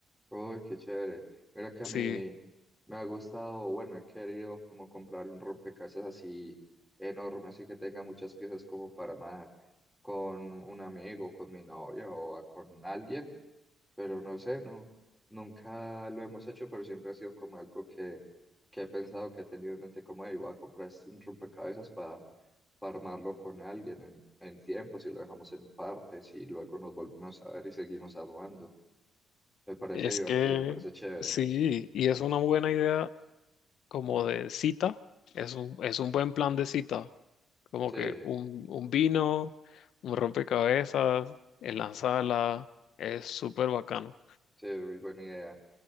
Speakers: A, in the centre; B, on the left.
A: Uy, qué chévere. Mira que a
B: Sí,
A: mí me ha gustado, bueno, he querido como comprar un rompecabezas así enorme, así que tenga muchas piezas como para armar con un amigo, con mi novia o a- con alguien, pero no sé, no, nunca lo hemos hecho, pero siempre ha sido como algo que, que he pensado, que he tenido en mente como, "Ey, voy a comprar este- un rompecabezas para, para armarlo con alguien en, en tiempo, si lo dejamos en partes y luego nos volvemos a ver y seguimos armando. Me parece
B: es
A: divertido,
B: que
A: me parece chévere.
B: sí, y es una buena idea como de cita, es un, es un buen plan de cita Como
A: Sí,
B: que un, un vino, un rompecabezas en la sala, es súper bacano.
A: sí, muy buena idea.